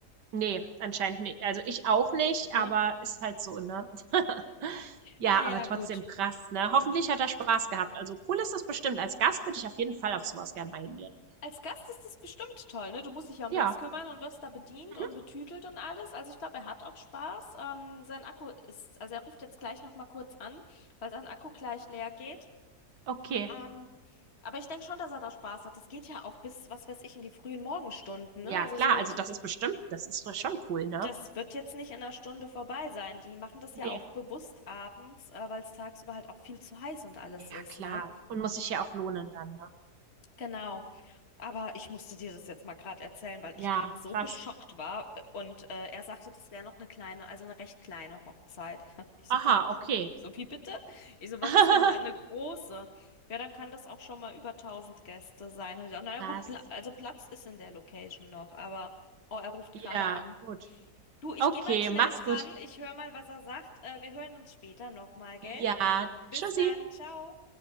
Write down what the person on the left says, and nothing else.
Ne?
Mhm.
Ah ja,
gut.
Als Gast ist das bestimmt toll, ne? Du musst dich ja um
nichts kümmern und wirst da bedient
und betütelt und alles. Also ich glaube, er hat auch Spaß. Ähm, sein Akku ist, also er ruft jetzt gleich nochmal kurz an, weil sein Akku gleich leer geht.
Ähm, aber ich denke schon, dass er da Spaß hat. Das geht ja auch bis, was weiß ich, in die frühen Morgenstunden, ne?
Also
so
Das wird jetzt nicht in einer Stunde vorbei sein. Die machen das
ja auch
bewusst abends, äh, weil es tagsüber halt auch viel zu heiß und alles
ist,
ne?
Genau. Aber ich musste dir das jetzt mal gerade erzählen, weil
ich gerade so
geschockt war. äh, Und äh, er sagte, das wäre noch eine kleine, also eine recht kleine Hochzeit. <laughs> Ich so,
wie,
so wie bitte? Ich so, was
ist denn da eine große? Ja, dann kann das auch schon mal über tausend Gäste sein. Hab Ich so, naja,
gut, Pla also Platz ist in der Location noch, aber oh, er ruft
gerade an.
Du, ich
gehe mal schnell
dran.
Ich höre mal, was er sagt. Äh, wir hören uns später nochmal, gell?
Bis
dann. Ciao.